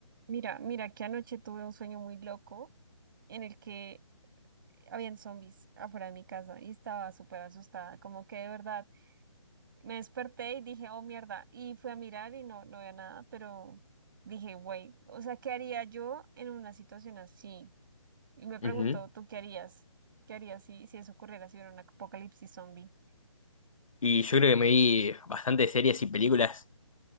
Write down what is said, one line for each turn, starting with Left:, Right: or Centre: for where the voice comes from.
Right: Mira, mira que anoche tuve un sueño muy loco en el que habían zombies afuera de mi casa y estaba súper asustada, como que de verdad me desperté y dije, oh mierda, y fui a mirar y no, no había nada, pero dije, güey, o sea, ¿qué haría yo en una situación así? Y me preguntó,
Left: Ujú.
Right: ¿tú qué harías? ¿Qué harías si, si eso ocurriera, si hubiera un apocalipsis zombie?
Left: Y yo creo que me vi bastantes series y películas.